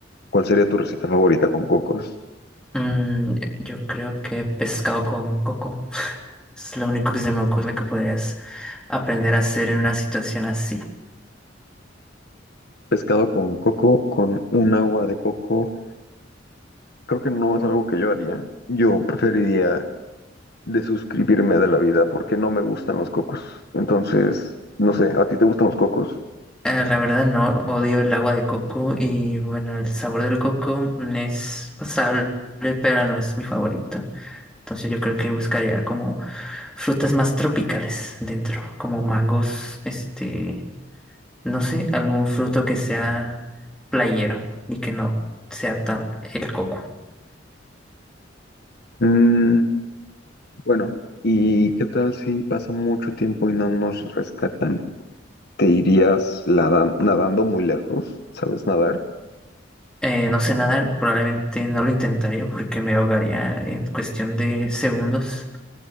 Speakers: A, on the left (about 55°); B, in the centre.
A: ¿Cuál sería tu receta favorita con cocos?
B: Mm, yo creo que pescado con coco. Es lo único que se me ocurre que podrías aprender a hacer en una situación así.
A: pescado con coco, con un agua de coco, creo que no es algo que yo haría. Yo preferiría desuscribirme de la vida porque no me gustan los cocos. Entonces, no sé, ¿a ti te gustan los cocos?
B: Eh, la verdad no, odio el agua de coco y bueno, el sabor del coco mm, es pasable, pero no es mi favorito. Entonces yo creo que buscaría como frutas más tropicales dentro, como mangos, este, no sé, algún fruto que sea playero y que no sea tan el coco.
A: Mm, bueno, ¿y qué tal si pasa mucho tiempo y no nos rescatan? ¿Te irías lada- nadando muy lejos? ¿Sabes nadar?
B: Eh, no sé nadar, probablemente no lo intentaría porque me ahogaría en cuestión de segundos,